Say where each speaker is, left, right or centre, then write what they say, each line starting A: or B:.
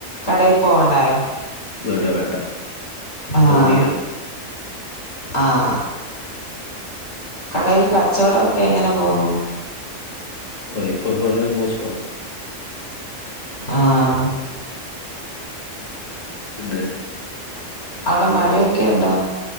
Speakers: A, on the left; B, on the left.
A: കടയിൽ പോവണ്ടായൊ
B: വേണ്ട വേണ്ട
A: ആഹ്
B: അവദിയ
A: ആഹ് കടയിൽ കച്ചവടൊക്കെ എങ്ങനെ പോന്നു
B: ഓ ഇപ്പൊ വളരെ മോശആ
A: ആഹ്
B: പിന്നെ
A: അവിടെ മഴയൊക്കെയുണ്ടോ